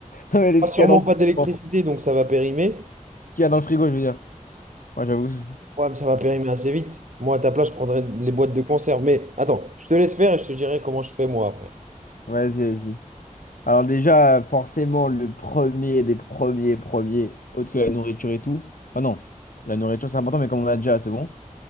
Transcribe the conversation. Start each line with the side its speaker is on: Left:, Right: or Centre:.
Left: non, mais
Right: pas
Left: ce
Right: sûrement
Left: qu'il y a dans le
Right: pas d'électricité,
Left: frigo.
Right: donc ça va périmer.
Left: Ce qu'il y a dans le frigo, je veux dire. Moi, j'avoue. c'est- ça.
Right: Ouais, mais ça va périmer assez vite. Moi, à ta place, je prendrais les boîtes de conserve. Mais attends, je te laisse faire et je te dirai comment je fais moi après.
Left: Vas-y, vas-y. Alors déjà, forcément, le premier des premiers, premiers, autre que la nourriture et tout. Enfin non, la nourriture c'est important, mais comme on a déjà, c'est bon.